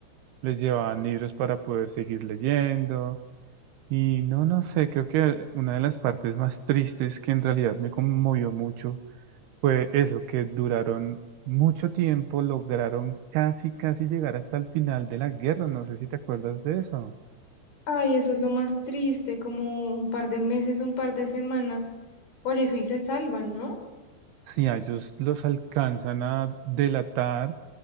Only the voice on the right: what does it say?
les llevaban libros para poder seguir leyendo y no, no sé, creo que una de las partes más tristes que en realidad me conmovió mucho fue eso, que duraron mucho tiempo, lograron casi, casi llegar hasta el final de la guerra, no sé si te acuerdas de eso.
Sí, a ellos los alcanzan a delatar